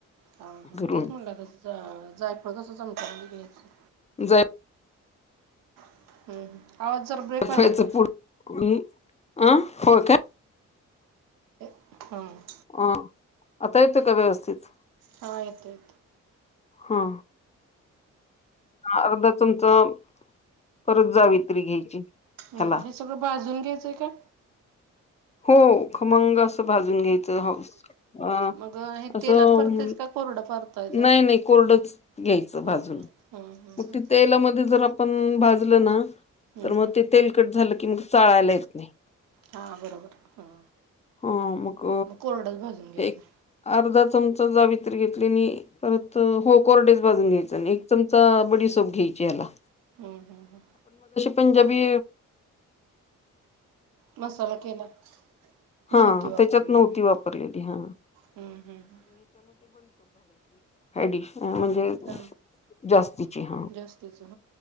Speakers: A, on the right; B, on the left.
A: हा हा
B: घरून
A: तेच म्हनलं आता जा जायचं. कसं चमच्याने घ्यायचं.
B: जाय
A: हम्. आवाज जरा ब्रेक
B: जायफळाचं
A: व्हाय लागलाय.
B: पूड आणि अ हो काय
A: हां.
B: अ आता येतो का व्यवस्थित?
A: ह येतोय येतोय
B: हा अर्धा चमचा परत जावीत्री घ्यायची, ह्याला
A: हम्म हे सगळं भाजून घ्यायचंय का?
B: हो खमंग असं भाजून घ्यायचं हा असं. आ
A: मग हे
B: असं
A: तेलात परतायच का कोरडं परतायचंय?
B: नाही नाही कोरडच घ्यायचं
A: हा
B: भाजून
A: हा हम्म हम्म
B: म ते तेलामध्ये जर आप पण भाजलं ना
A: हम्म
B: तर
A: हम्म
B: मग ते तेल कट झालं, की मग चाळायला येत नाही.
A: हा बरोबर हा.
B: हा मग
A: कोरडंच भाजून घ्यायचं
B: एक अर्धा चम चमचा जावित्री घेतली नी परत, हो कोरडेच भाजून घ्यायचा आणि एक चमचा बडी सोप घ्यायची याला
A: हम्म हम्म हम्.
B: पंजाबी
A: मसाला केलात? नव्हती
B: हा
A: वापरलेली
B: त्याच्यात नव्हती
A: हम्म
B: वापरलेली हा
A: हम्मम.
B: हाय डिश म्हणजे
A: हा
B: जास्तीची हा.
A: जास्तीच हा